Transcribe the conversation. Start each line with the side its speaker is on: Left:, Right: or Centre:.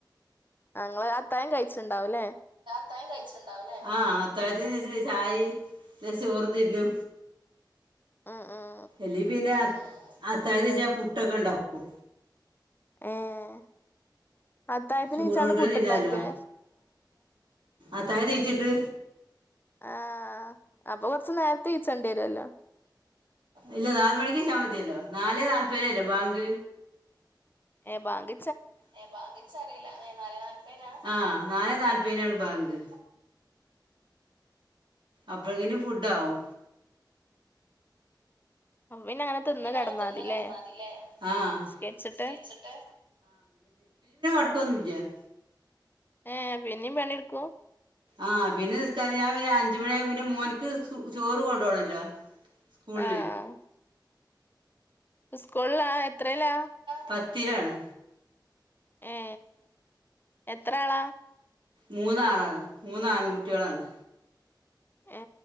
Left: ങൾ അത്തായം കഴി ച്ച് ണ്ടാവുംല്ലേ
Right: ത്തായം കയ്ച്ച്ണ്ടാവൂല്ലേ? ആഹ് അത്തായത്തിനിച്ചിരി ചായേം ലേശ് ചോറും തിന്നു
Left: ഉം ഉം
Right: എലി പിന്നെ അത്താഴത്തിന്നിച്ചാഞാൻ പുട്ടൊക്കെ ഉണ്ടാക്കും
Left: ഏഹ് അത്തായത്തിന്
Right: ചൂടോടൊക്കെ
Left: നീച്ചാണ്ട് പുട്ട്ണ്ടാക്കേ
Right: തിന്നാലോ അത്തായ തീച്ചിട്ട്
Left: ആഹ് അപ്പ കൊറച്ച് നേരത്തെനീച്ചണ്ട്യരൊല്ലേ
Right: ഇല്ല നാല് മണിക്കീച്ചാ മതല്ലോ നാലെ ന്നാല്‌പയ്നല്ലേബാങ്ക്
Left: ഏ ബാങ്ക്
Right: ഏ ബാങ്കിച്ചറീല്ല ഏ നാലേ നാല്‌പയ്നാ ആഹ് ന്നാലേ നാൽപ്പയിനാണ് ബാങ്ക് അപ്പത്തിന് ഫുഡാവും
Left: അപ്പൊ പിന്നെ അങ്ങനെ തിന്ന്
Right: പിന്നെ
Left: കെടന്നാതില്ലേ
Right: അങ്ങനെ തിന്ന് കടന്നാതില്ലേ നിസ്കാരിച്ചിട്ട്.
Left: നിസ്കരിച്ചിട്ട്
Right: <unintelligible>
Left: ഏഹ് പിന്നിം പണിട്ക്കും
Right: ആ പിന്നെ നിസ്‌ക പിന്ന അയ്‌ന് അഞ്ച് മണി ആയ പിന്നെ മോൻക്ക് ചോറ് കൊണ്ടോണല്ലോ സ്കൂൾല്
Left: ആഹ് സ്കൂളിലാ എത്രേലാ
Right: പത്തിലാണ്
Left: ഏ എത്രാളാ
Right: മൂന്നാളാണ് മൂന്ന് ആൻകുട്ടികളാണ്
Left: ഏ